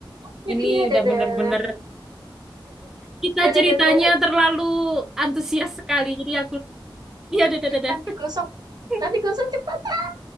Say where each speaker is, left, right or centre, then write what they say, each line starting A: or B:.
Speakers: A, on the right; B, in the centre.
A: oh my
B: Ini
A: god, iya dadah.
B: udah bener-bener kita
A: Dadah,
B: ceritanya
A: dadah, dadah.
B: terlalu antusias sekali. Jadi aku, iya, dadah, dadah.
A: Nanti gosong. Nanti
B: <laughs>
A: gosong cepat.